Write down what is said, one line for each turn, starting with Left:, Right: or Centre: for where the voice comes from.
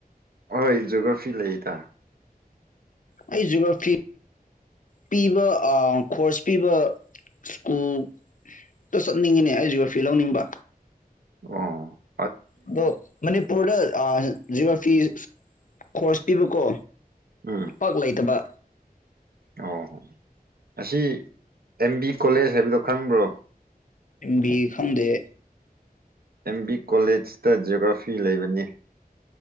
Right: ꯍꯣꯏ ꯖꯣꯒ꯭ꯔꯥꯐꯤ ꯂꯩꯇ
Left: ꯑꯩ ꯖꯤꯒ꯭ꯔꯥꯐꯤ ꯄꯤꯕ ꯀꯣꯔꯣꯔꯁ ꯄꯤꯕ ꯁ꯭ꯀꯨꯜꯗ ꯆꯠꯅꯤꯡꯉꯤꯅꯦ ꯑꯩ ꯖꯤꯒ꯭ꯔꯥꯐꯤ ꯂꯧꯅꯤꯡꯕ
Right: ꯑ
Left: ꯑꯗꯣ ꯃꯅꯤꯄꯨꯔꯗ ꯑ ꯖꯤꯒ ꯐꯤ ꯈꯣꯁ ꯄꯤꯕꯀꯣ
Right: ꯎꯝ
Left: ꯄꯥꯛ ꯂꯩꯇꯕ
Right: ꯑꯣ ꯑꯁꯤ ꯑꯦꯝ ꯕꯤ ꯀꯣꯂꯦꯖ ꯍꯥꯏꯕꯗꯣ ꯈꯪꯕ꯭ꯔꯣ
Left: ꯕꯤ ꯈꯪꯗꯦ
Right: ꯑꯦꯦꯝꯕꯤ ꯀꯣꯂꯦꯖ ꯇ ꯖꯤꯑꯣꯒ꯭ꯔꯥꯐꯤ ꯂꯩꯕꯅꯤ